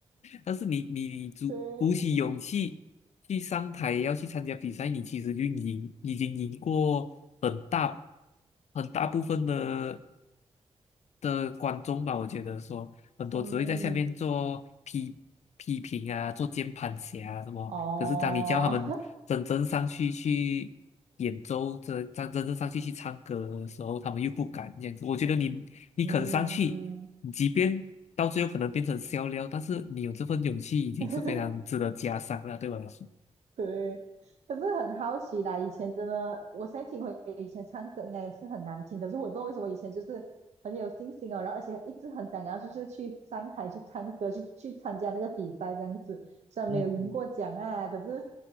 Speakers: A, on the left (about 80°); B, on the right (about 75°).
A: 但是你你你鼓鼓起勇气去上台要去参加比赛，
B: 对，
A: 你其实就赢，已经赢过很大很大部分的的观众吧，我觉得说很多只会在下面做批批评啊，
B: 嗯，
A: 做键盘侠啊什么。
B: 哦，
A: 可是当你叫他们真正上去去演奏，真真真正上去去唱歌的时候，他们又不敢这样子。我觉得你你肯上去，
B: <laughs> 嗯。
A: 即便到最后可能变成笑料，但是你有这份勇气，已经是非常值得嘉赏了，
B: <laughs>
A: 对我来说。
B: <laughs> 对，可是很好奇啦，以前真的，我现在听回以前唱歌应该也是很难听，可是我也不知道为什么以前就是很有信心哦，然后而且一直很想要就是去上台去唱歌，去去参加那个比赛这样子，虽然没有赢过奖啊，
A: 嗯嗯
B: 可是